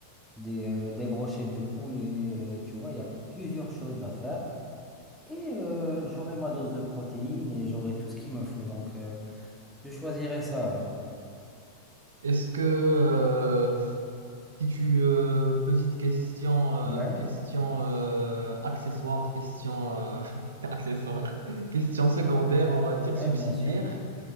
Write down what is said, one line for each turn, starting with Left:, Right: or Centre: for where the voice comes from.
Centre: des, euh, des brochettes de poulet. euh, tu vois, il y a plusieurs choses à faire. Et euh, j'aurai ma dose de protéines et j'aurai tout ce qu'il me faut. Donc euh, je choisirai ça alors.
Right: Est-ce que, euh, Si tu euh, petite question euh,
Centre: Ouais,
Right: question euh, accessoire question euh, <laughs> accessoire question secondaire on va dire
Centre: ouais,
Right: subsidiaire
Centre: bien sûr.